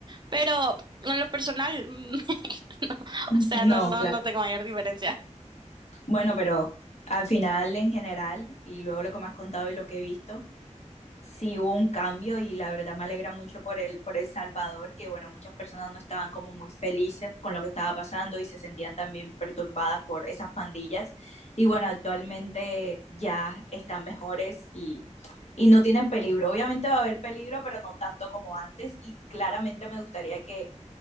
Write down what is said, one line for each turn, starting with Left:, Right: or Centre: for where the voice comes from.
Right: pero en lo personal... <laughs> <laughs>
Left: <laughs>
Right: O sea,
Left: No,
Right: no, no,
Left: claro.
Right: no tengo mayor diferencia.
Left: Bueno, pero al final en general, y luego lo que me has contado y lo que he visto, sí hubo un cambio y la verdad me alegra mucho por el, por El Salvador, que bueno, muchas personas no estaban como muy felices con lo que estaba pasando y se sentían también perturbadas por esas pandillas. Y bueno, actualmente ya están mejores y, y no tienen peligro. Obviamente va a haber peligro, pero no tanto como antes y claramente me gustaría que